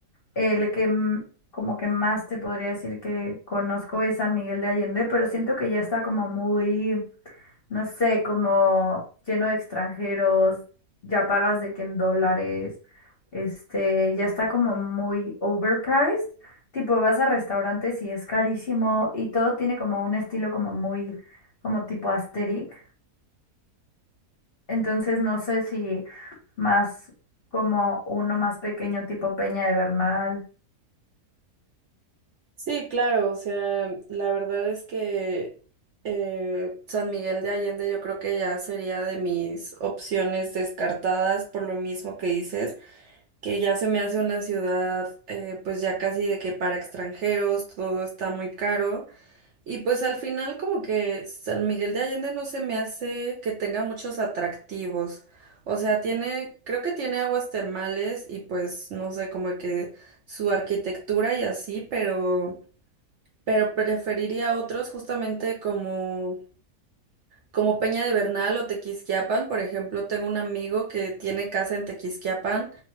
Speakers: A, on the left; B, on the right.
A: el que mm, como que más te podría decir que conozco es San Miguel de Allende, pero siento que ya está como muy, no sé, como lleno de extranjeros, ya pagas de que en dólares, este, ya está como muy overpriced, tipo vas a restaurantes y es carísimo y todo tiene como un estilo como muy, como tipo asteric, entonces no sé si más como uno más pequeño tipo Peña de Bernal.
B: Sí, claro, o sea, la verdad es que eh, San Miguel de Allende yo creo que ya sería de mis opciones descartadas por lo mismo que dices, que ya se me hace una ciudad eh, pues ya casi de que para extranjeros todo está muy caro y pues al final como que San Miguel de Allende no se me hace que tenga muchos atractivos, o sea, tiene, creo que tiene aguas termales y pues no sé, como que su arquitectura y así, pero pero preferiría otros justamente como, como Peña de Bernal o Tequisquiapan. Por ejemplo, tengo un amigo que tiene casa en Tequisquiapan